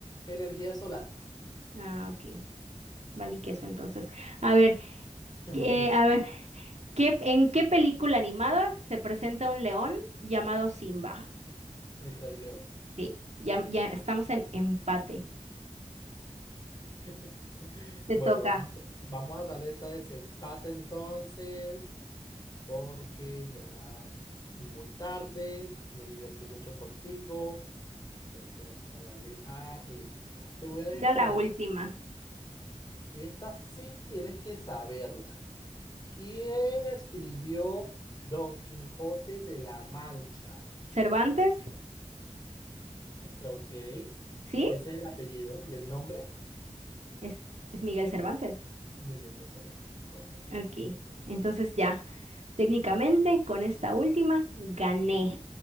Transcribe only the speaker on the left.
energía solar.
<laughs>
Vale,
el Rey León.
<laughs>
Bueno,
vamos, a- vamos a darle esta desempate entonces, porque ya muy tarde, me divertí mucho contigo. Entonces vamos a darle a esta. Te voy a
preguntar,
esta sí tienes que saberla. ¿Quién escribió Don Quijote de la Mancha?
Ok, ese
es el apellido y el nombre,
Miguel de Cervantes, correcto.